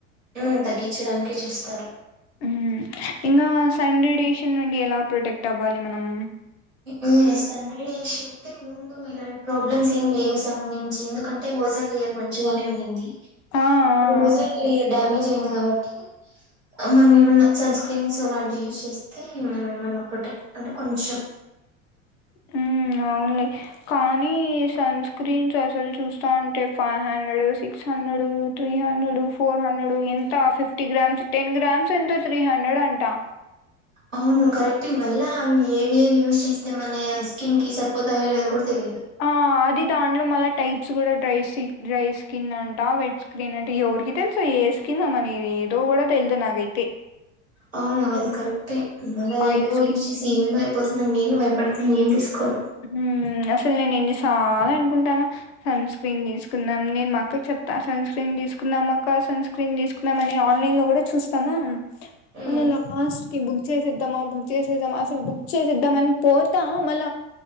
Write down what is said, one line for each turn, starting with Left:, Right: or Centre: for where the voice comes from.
Right: హ్మ్ తగ్గించాడానికే చూస్తారు.
Left: హ్మ్ ఇంగా సండేడేషన్ నుండి ఎలా ప్రొటెక్ట్ అవ్వాలి మనం
Right: ఇమ్ సన్ రైజేషన్ ముందు ఎలాంటి ప్రాబ్లమ్స్ ఎం లేవు సన్ నుం చి ఎందుకన్ ఓజోన్ లేయర్ మంచిగానే ఉండింది.
Left: ఆ
Right: ఓజోన్
Left: ఆ
Right: లేయర్ డామేజ్ హార్ట్ మనం ఏమన్న సన్‌స్క్రీన్స్ అలాంటి యూస్ చేస్తే మనం ఏమన్న ప్రొటెక్ట్ అంటే కొంచెం
Left: హ్మ్ అవున్లే కానీ సన్‌స్క్రీన్స్ అసల్ చూస్తాంటే ఫైవ్ హ్యా six hundred three hundred, four hundred ఎంత ఫిఫ్టీ గ్రామ్స్ టెన్ గ్రామ్స్ ఎంతో త్రి హండ్రెడ్ అంటా
Right: అవును కరెక్ట్ ఏ మల్లా ఆమె ఏవి ఏవి యూస్ చేస్ అంటె మనయ స్కిన్ కి సరిపోతాయో లేవో కూడా తెలీదు.
Left: ఆ అదిదా ఇందులో మల్లా టైప్స్ కూడా ట్రైసిక్ డ్రై స్కిన్ అంటా వెట్ స్క్రిన్ అంత ఎవరికి తెల్సు యే స్కినో ఇది ఏదో కూడా తెలీదు నాకయితే
Right: అవును అది కరెక్టే మల్ల
Left: ఆయిల్
Right: ఏవేవో
Left: స్కిన్
Right: యూస్ చెసి ఏమేమో అయిపోతుందని, నేను బయపడ్తుంటే నేను తీసుకోను.
Left: హ్మ్ అసల్ నేను ఎన్ని సార్లు అనుకుంటాను. సన్‌స్క్రీన్ తీసుకుందాం. నేను మా అక్క కి చెప్తా సన్‌స్క్రీన్ తీసుకున్నాం అక్క సన్‌స్క్రీన్ తీసుకునం అన్ని ఆన్లైన్లా కుడా చూస్తాన
Right: హ్మ్.
Left: మళ్ళ లాస్ట్కి బు బుక్ చేసేద్దామ బుక్ చేసేద్దామ అసలు బుక్ చేసేద్దాం అని పోత మళ్ళ